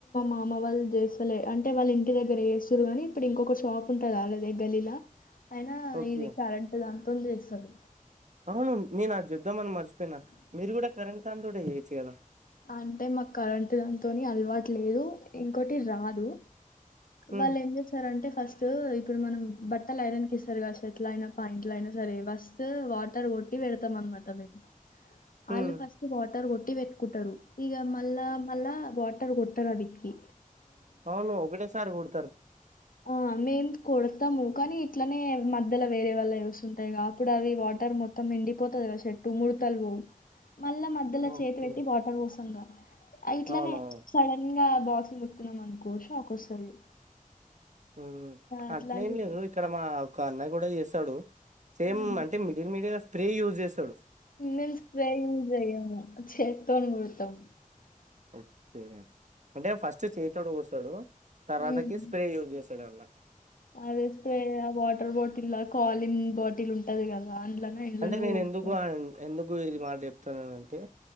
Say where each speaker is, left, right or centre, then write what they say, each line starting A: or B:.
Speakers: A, on the left; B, on the right.
A: మామ వాళ్ళు చేస్తలే, అంటే వాళ్ళు ఇంటి దగ్గర చేస్తురు గాని, ఇప్పుడు ఇంకొక షాప్ ఉంటది అల్లదే గల్లిల అయినా
B: ఓకే
A: ఇది కరెంట్ దాంతోనీ చేస్తరు.
B: అవును నేను ఆది చూద్దామ్ అని మర్చిపోయిన, మీరు కూడా కరెంట్ దాంతోటే చేయొచ్చు కదా?
A: అంటే మాకు కరెంటు దాంతోని అలవాటు లేదు. ఇంకోటి రాదు.
B: ఉమ్
A: వాళ్ళు ఏం చేస్తారంటే ఫస్ట్ ఇప్పుడు మనం బట్టలు ఐరన్కి ఇస్తారు కదా షర్ట్లైన, పాయింట్లైన సరే ఫస్ట్ వాటర్ కొట్టి వెడ్తం అన్మాట మేం, ఆల్లు
B: ఉమ్
A: ఫస్ట్ వాటర్ కొ ట్టి వెట్టుకుంటాడు. ఇగ మల్ల మల్ల వాటర్ కొట్టాడానికి
B: అవును ఒకటేసారి కోడ్
A: ఆ మేం కొడ్తాము కానీ ఇట్లనే మధ్యల వేరే వల్లయివోస్తుంటాయి గా అప్పుడు అవి వాటర్ మొత్తం ఎండిపోతది గదా శెట్టు మూడు ఊతల్ ఓ మళ్ళ మధ్యల
B: ఓకే
A: చేతి వెట్టి వాటర్ వొస్తాం గా, ఇట్లనే
B: అవునవును.
A: సడన్ గా బాక్స్నీ ముట్టుకున్నాం అనుకో షాకొస్తది.
B: ఉమ్
A: అట్లాంటి
B: అట్నే ఏం లేదు ఇక్కడ మా ఒక అన్న కూడ చేస్తడు. సేమ్
A: హ్మ్.
B: అంటే మిడిల్ మిడిల్ స్ప్రే యూజ్ చేస్తడు.
A: మేం స్ప్రే యూస్ జెయ్యము చేతోని కొడ్తము.
B: ఒక్కే అంటే ఫస్ట్ చెయ్యితోటి పోస్తాడు తర్వాతకి
A: హ్మ్.
B: స్ప్రే యూజ్ చేస్ సరేన్న
A: అదే స్ప్రే ఆ వాటర్ బాటిల్ల కాలిన్ బాటిల్ ఉంటది కదా అందులోనో ఇండ్లోనో
B: అంటే నేను
A: పోస్తారు
B: ఎందుకు ఎందుకు ఇది మాట చెప్తున్ననంటే